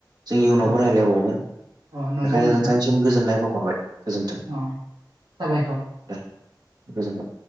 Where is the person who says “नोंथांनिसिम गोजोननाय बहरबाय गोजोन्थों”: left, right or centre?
Right